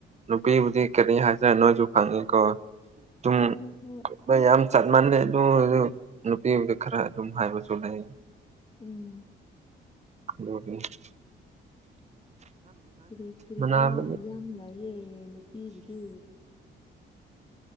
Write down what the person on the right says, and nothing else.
ꯅꯨꯄꯤꯕꯨꯗꯤ ꯀꯔꯤ ꯍꯥꯏꯁꯤꯔ ꯅꯣꯏꯁꯨ ꯈꯪꯉꯤꯀꯣ ꯑꯗꯨꯝ
ꯌꯥꯝ ꯆꯠ ꯃꯥꯟꯂꯦ ꯑꯗꯨ ꯑꯣꯏꯁꯨ <unintelligible> ꯈꯔ ꯑꯗꯨꯝ ꯍꯥꯏꯕꯁꯨ ꯂꯩ
ꯑꯣꯝ <unintelligible>
ꯃꯅꯥꯕꯅꯤ